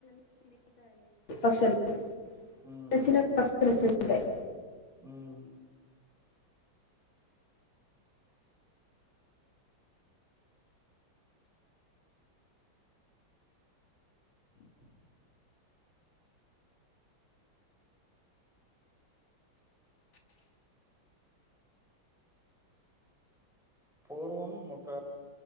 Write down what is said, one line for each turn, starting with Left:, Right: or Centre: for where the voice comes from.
Left: పక్షులు చిన్న
Centre: హ్మ్.
Left: చిన్న పక్షులు వచ్చంటాయి
Centre: హ్మ్మ్ పూర్వం ఒక